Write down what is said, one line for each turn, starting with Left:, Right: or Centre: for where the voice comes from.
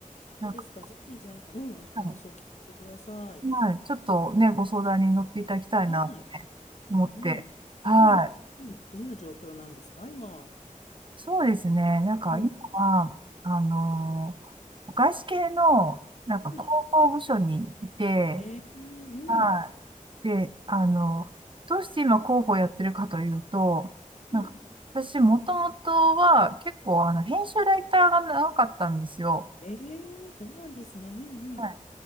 Left: どうですか。
Right: なんか、
Left: ぜひ、じゃあ、うん、お話をお聞かせください。
Right: うんはい、ちょっとね、ご相談に乗っていただきたいなって思って、
Left: はい。うん。
Right: はい。
Left: うん。はいどんな状況なんですか、今。
Right: そうですね。なんか今は、
Left: うん。
Right: あのー外資系の、なんか広報部署にいて、
Left: はい。えーうん。
Right: はい。で、あの、どうして今広報やってるかというと、
Left: はい。
Right: なんか私もともとは結構あの編集ライターが長かったんですよ。
Left: えーそうなんですね。うんうん。
Right: はい